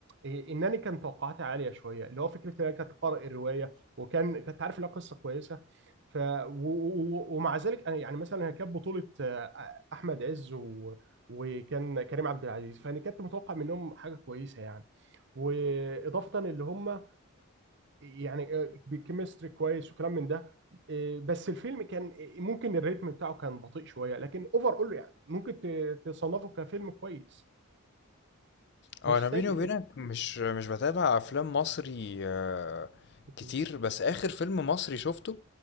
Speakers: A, on the right; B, on the left.
A: إيه، ان انا كان توقعاتي عاليه شويه اللي هو فكره ان انا كنت قارئ الروايه وكان كنت عارف لها قصه كويسه ف و... و... ومع ذلك انا يعني مثلا هي كانت بطوله آه، احمد عز و... وكان كريم عبد العزيز فانا كنت متوقع منهم حاجه كويسه يعني واضافه اللي هم آه، يعني آه، بكيمستري كويس وكلام من ده آه، بس الفيلم كان آه، ممكن الريتم بتاعه كان بطيء شويه لكن اوفر اول يعني ممكن ت- تصنفه كفيلم كويس مش
B: اه انا
A: سيء
B: بيني وبينك مش مش بتابع افلام مصري آه،
A: يعني
B: كتير بس اخر فيلم مصري شفته